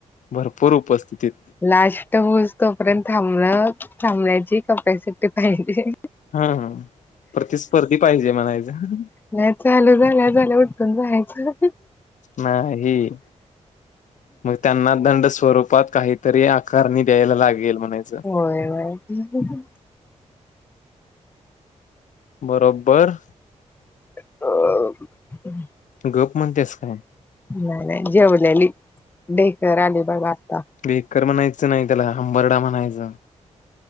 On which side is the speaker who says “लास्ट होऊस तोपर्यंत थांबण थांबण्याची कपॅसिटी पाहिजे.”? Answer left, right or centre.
Left